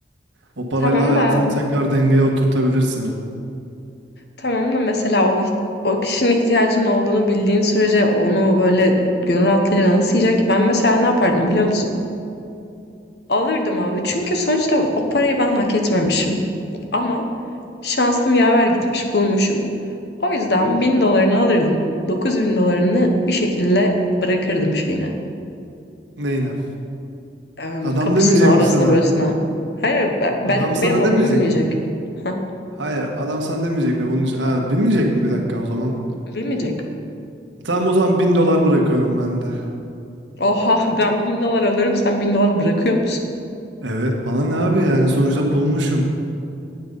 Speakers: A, on the right (about 80°); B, on the left (about 60°).
A: O parayla
B: tamam
A: hayatını
B: da
A: tekrar dengeye oturtabilirsin.
B: tamam da mesela o o kişinin ihtiyacının olduğunu bildiğin sürece onu böyle gönül rahatlığıyla nasıl yiyeceksin ki? Ben mesela ne yapardım biliyor musun? Alırdım abi. Çünkü sonuçta o parayı ben hak etmemişim. Ama şansım yaver gitmiş bulmuşum. O yüzden 1000 dolarını alırdım. dokuz bin dolarını bir şekilde bırakırdım şeyine.
A: Neyine?
B: Em,
A: Adam
B: kapısına,
A: demeyecek
B: orasına,
A: mi sana?
B: burasına. Hayır, ben, ben-
A: Adam
B: benim
A: sana
B: olduğumu
A: demeyecek
B: bilmeyecek.
A: mi?
B: Hah,
A: Hayır, adam sana demeyecek mi? Bunun için... Aa, bilmeyecek mi? Bir dakika o zaman.
B: bilmeyecek.
A: Tamam o zaman bin dolar bırakıyorum ben de.
B: Oha, <laughs> ben 1000 dolar alıyorum, sen 1000 dolar bırakıyor musun?
A: Evet, bana ne abi yani sonuçta bulmuşum.